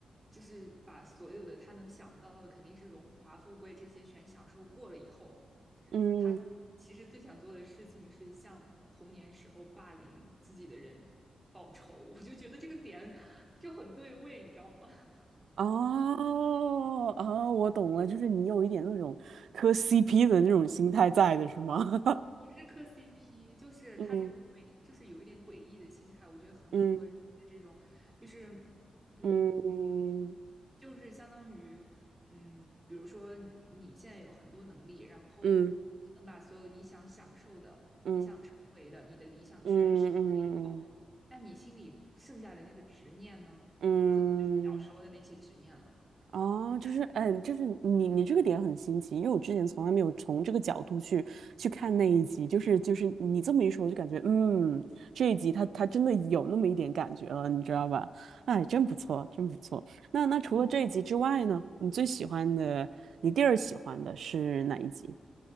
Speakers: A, on the right; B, on the right.
A: 就是把所有的他能想到的，肯定是荣华富贵这些全享受过了以后，
B: 嗯，
A: 他其实最想做的事情是向童年时候霸凌自己的人报仇，我就觉得这个点就很对位，你知道吗？<laughs>
B: 哦哦，我懂了，就是你有一点那种磕 CP 的那种心态在的是吗？<laughs>
A: 不是磕 CP，就是他这种诡，
B: 嗯
A: 就是有一点诡异的心态，我觉得很符合人的这种，
B: 嗯。
A: 就是嗯，
B: 嗯
A: 就是相当于，嗯，比如说你现在有很多能力，然后可
B: 嗯
A: 能把所有你想享受的、
B: 嗯
A: 你想成为的、你的理想全实现了以后，
B: 嗯嗯嗯
A: 那你心里剩下的那个执念呢，
B: 嗯，
A: 可能就是小时候的那些执念了。
B: 嗯哦，
A: 你
B: 就是，嗯，就是你你这个点很新奇，因为我之前从来没有从这个角度去去看那一集，就是就是你这么一说，我就感觉，嗯，这一集它它真的有那么一点感觉了，你知道吧？哎，真不错，真不错。那那除了这一集之外呢，
A: 嗯，
B: 你最喜欢的，你第二喜欢的是哪一集？